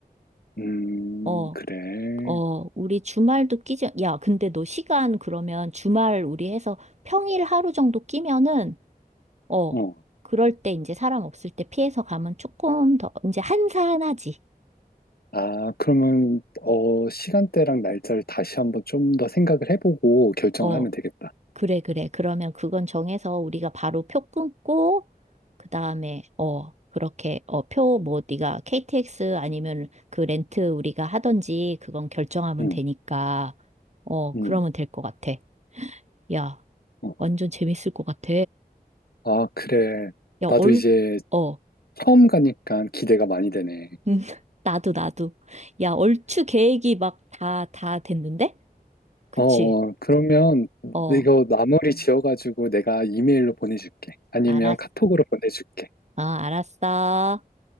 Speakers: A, on the left; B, on the right.
A: 음,
B: 어,
A: 그래.
B: 어, 우리 주말도 끼지. 야, 근데 너 시간 그러면 주말 우리 해서 평일 하루 정도 끼면은, 어,
A: 어,
B: 그럴 때 이제 사람 없을 때 피해서 가면 조금 더, 이제 한산하지.
A: 아, 그러면, 어, 시간대랑 날짜를 다시 한번 좀 더 생각을 해보고 결정을
B: 어,
A: 하면 되겠다.
B: 그래, 그래. 그러면 그건 정해서 우리가 바로 표 끊고, 그 다음에, 어, 그렇게, 어, 표 뭐, 네가 KTX 아니면 그 렌트 우리가 하던지 그건 결정하면
A: 응,
B: 되니까, 어,
A: 응.
B: 그러면 될 것 같아. 야,
A: 어.
B: 완전 재밌을 것 같아.
A: 아, 그래.
B: 야,
A: 나도
B: 얼,
A: 이제
B: 어, 음,
A: 처음 가니까 기대가 많이 되네.
B: <laughs> 나도, 나도. 야, 얼추 계획이 막 다, 다 됐는데? 그치?
A: 어, 어, 그러면
B: 어,
A: 이거 나머리 지어가지고 내가 이메일로 보내줄게. 아니면
B: 알았,
A: 카톡으로 보내줄게.
B: 어, 알았어.